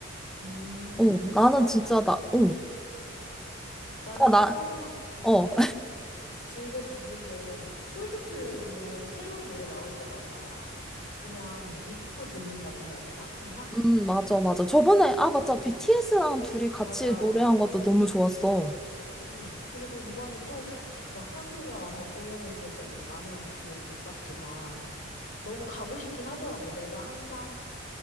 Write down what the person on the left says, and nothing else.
음,
난
항,
음. 나는
항상
즐겨 듣는 게 콜드플레이는 새로운 노래 나올 때마다 그냥 믿고 듣는다고 해야 되나? 항상?
맞아.
음, 그리고 이번에 또 막 한국에 와서 공연했을 때도 나는 비록 못 갔지만 너무 가고 싶긴 하더라고. 내가 항상